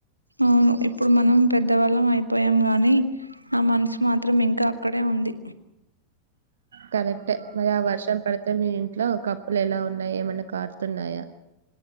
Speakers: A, on the right; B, on the right.
A: అవును ఇప్పుడు మనం పె ద్దవాల్లం అయిపోయినం గాని ఆ మనసు మాత్రం ఇంకా అక్కడే ఉంది
B: కరెక్ట్ మరి ఆ వర్షం పడితే మీ ఇంట్లో కప్పులు ఎలా ఉన్నాయి ఏమన్నా కార్ తున్నాయ